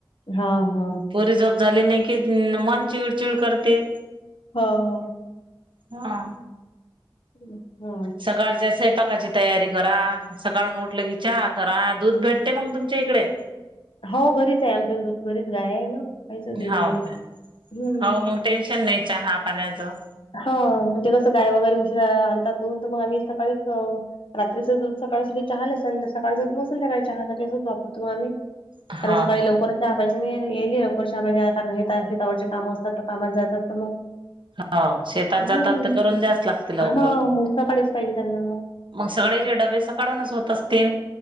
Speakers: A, on the left (about 75°); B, on the right (about 65°).
A: हा हा.
B: पुरी झोप झाली नाही की मन चिळचिड करते.
A: हा हा.
B: हा.
A: ह <unintelligible>
B: सकाळच्या स्वयंपाकाची तयारी करा. सकाळून उठलं की चहा करा. दूध भेटते मग तुमच्या इकडे?
A: हो घरीच आहे आमच दूध. घरीच गाय आहे ना. गाईचच दूध
B: हो
A: आहे घरी.
B: का.
A: हम्म
B: हो मग टेन्शन नाही चहा पाण्याचं.
A: ह म्हणजे कसं गाय वगैरे उशीरा आणतात धूऊन. तर मग आम्ही सकाळीच रात्रीचं दूध सकाळ साठी चहाले. सकाळच दूध संध्याकाळी चहासाठी रोज वापरतो मग आम्ही.
B: हां
A: कारण सकाळी लवकरच चहा पाहिजे ना. यायले लवकर चहा पाहिजे कारण शेतावरचे काम असतात तर मग कामाला जातात तर मग.
B: हां शेतात
A: ह
B: जातात तर करून द्याच लागते लवकर.
A: हा. सकाळीच पाहिजे त्यांना म.
B: मग सगळे जे डबे सकाळूनच होत असतील?